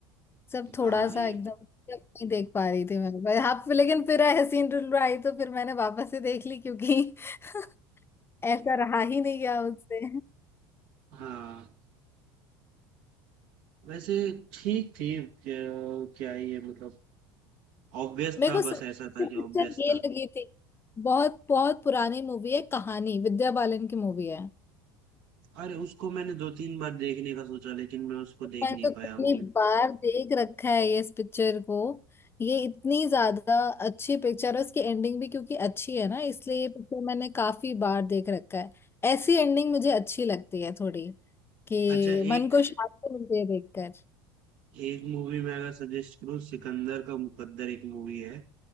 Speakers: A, on the left (about 20°); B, on the right (about 70°).
A: सब
B: हाँ
A: थोड़ा सा
B: ये
A: एकदम मतलब नहीं देख पा रही थी मैं पर आप लेकिन फिर हसीन रुल आई तो फिर मैंने वापस से देख ली क्योंकि <laughs> ऐसा रहा ही नहीं गया उससे
B: हाँ वैसे ठीक थी क्या, क्या ये मतलब ऑब्वियस
A: मेरे
B: था
A: को सबसे
B: बस ऐसा था कि
A: पिक्चर
B: ऑब्वियस
A: ये
B: था
A: लगी थी बहुत बहुत पुरानी मूवी है कहानी विद्या बालन की मूवी है
B: अरे उसको मैंने दो तीन बार देखने का सोचा लेकिन मैं उसको देख
A: मैंने
B: नहीं
A: तो कितनी
B: पाया मूवी
A: बार देख रखा है ये इस पिक्चर को ये इतनी ज्यादा अच्छी पिक्चर है उसकी एंडिंग भी क्योंकि अच्छी है ना इसलिए ये पिक्चर मैंने काफी बार देख रखा है ऐसी एंडिंग मुझे अच्छी लगती है थोड़ी कि
B: अच्छा
A: मन
B: एक
A: को शांति मिलती है देखकर
B: एक मूवी मैं अगर सजेस्ट करूँ सिकंदर का मुकद्दर एक मूवी है